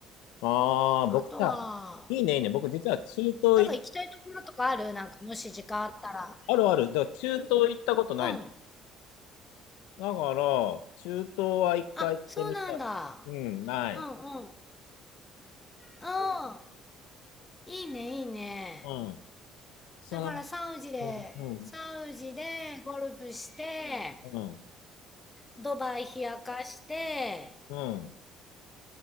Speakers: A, on the left (about 90°); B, on the left (about 15°).
A: ああ、僕さ、
B: あとは、
A: いいね、いいね。僕実は中東い、
B: なんか行きたいところとかあるなんかもし時間あったら。
A: あるある。だから中東行ったことない
B: うん。
A: の。だから、中東は一回行ってみたい。
B: あ、そうなんだ。
A: うん、ない。
B: うんうん。ああ、いいね、いいね。
A: うん。その、
B: だからサウジで、
A: うん、
B: サウジでゴルフして、
A: うん、うん、
B: ドバイ冷やかして、
A: うん。